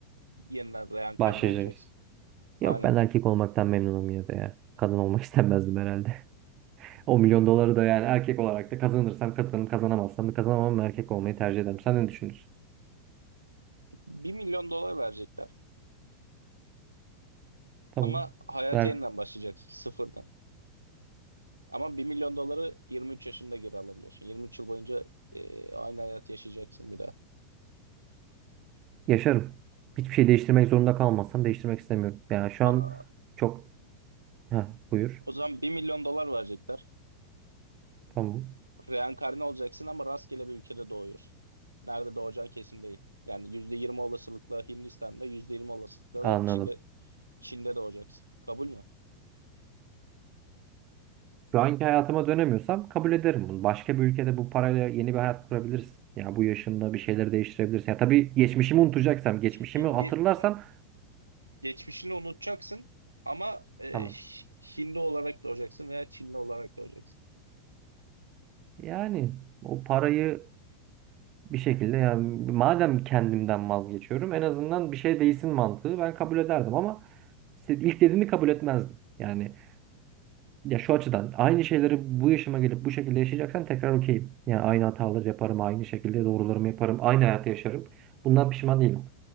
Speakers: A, on the right (about 85°); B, on the right (about 35°).
A: yeniden reenkarne
B: Başlayacağız.
A: olacaksın. Aynen.
B: Yok ben erkek olmaktan memnunum yine de ya. Kadın olmak <laughs> istemezdim herhalde. O milyon doları da yani erkek olarak da kazanırsam kazanırım, kazanamazsam da kazanamam erkek olmayı tercih ederim. Sen ne düşünürsün?
A: 1 milyon dolar verecekler
B: Tamam.
A: ama hayata
B: Ver.
A: yeniden başlayacaksın sıfırdan. Ama bir milyon doları 23 yaşında geri alabiliyorsun. 23 yıl boyunca e, aynı hayat yaşayacaksın bir daha.
B: Yaşarım. Hiçbir şey değiştirmek zorunda kalmazsam değiştirmek istemiyorum. Yani şu
A: Aa,
B: an çok... Heh, buyur.
A: o zaman bir milyon dolar verecekler.
B: Tamam.
A: Reenkarne olacaksın ama rastgele bir ülkede doğuyorsun. Nerede doğacağı kesin değil. Yani %20 olasılıkla Hindistan'da, %20 olasılıkla
B: Anladım.
A: da Çin'de Çin'de doğacaksın. Kabul mü?
B: Şu anki hayatıma dönemiyorsam kabul ederim bunu. Başka bir ülkede bu parayla yeni bir hayat kurabilirsin. Ya bu yaşında bir şeyleri değiştirebilirsin. Ya tabii geçmişimi unutacaksam, geçmişimi
A: Hindi
B: hatırlarsam
A: geçmişini unutacaksın ama e,
B: tamam.
A: Hindi olarak doğacaksın veya Çinli olarak doğacaksın.
B: Yani o parayı bir şekilde yani madem kendimden vazgeçiyorum en azından bir şey değilsin mantığı ben kabul ederdim ama işte ilk dediğini kabul etmezdim. Yani ya şu açıdan aynı şeyleri bu yaşıma gelip bu şekilde yaşayacaksam tekrar okeyim. Yani aynı hataları yaparım, aynı şekilde doğrularımı yaparım, aynı hayatı yaşarım. Bundan pişman değilim.